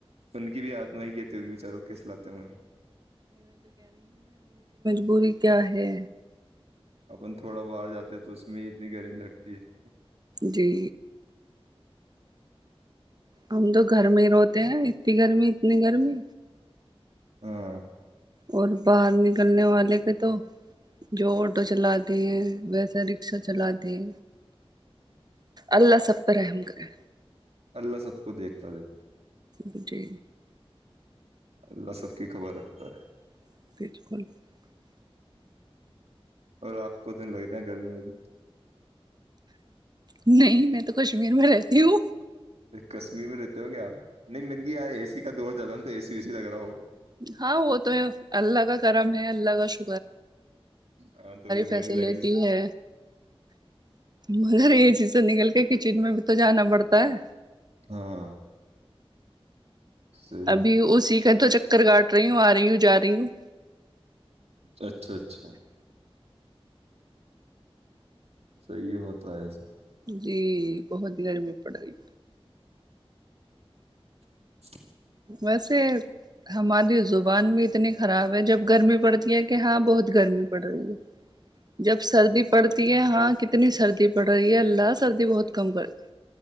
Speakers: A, on the right; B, on the right.
A: ان کی بھی آتم کیتی ہوگی بیچاروں کیس لاتے ہوئے ہیں
B: بی کیا ہے
A: اپن تھوڑا باہر جاتے تو اس میں اتنی گرمی لگتی ہے
B: جی ہم تو گھر میں ہی روتے ہیں اتنی گرمی اتنی گرمی
A: ہاں
B: اور باہر نکلنے والے کے تو جو آٹو چلا دیں ویسا رکشا چلا دیں اللہ سب پرہ رحم کرے
A: اللہ سب کو دیکھتا تھا
B: جٹی
A: اللہ سب کی خبر رکھتا ہے <unintelligible>
B: <unintelligible>
A: اور آپ کو تو لگ رہ گرمی میں بھی
B: نہیں میں تو کشمیر میں رہتی ہوں
A: کشمیر میں رہتے ہو گ آپ نہیں مل گی ار اے سی کا دور جیادا اےی وے س لگ رہا ہو
B: ہاں وہ تو ہے اللہ کا کرم ہے اللہ کا ش
A: ہاں تو پھر گرمی
B: فیسلٹی
A: لگی نہیں س
B: ہے مگر یہ چی سے نکل کے کچن میں بھی تو جانا پڑتا ہے
A: ہاں صحیح
B: ابھی اسی فر تو چکر کااٹ رہی ہوں آ رہی ہوں جا رہی ہوں
A: اچھا اچھا صحیح ہوتا ہے ایسا
B: جی بہت گرمی پڑائی
A: <inaudible>
B: ویسے ہماری زبان بھی اتنی خراب ہے جب گرمی پڑتی یہ کہ ہاں بہت گرمی پڑ رہی ہے جب سردی پڑتی ہے ہاں کتنی اتنی سردی پڑ رہی ہے اللہ سردی بہت کم کر د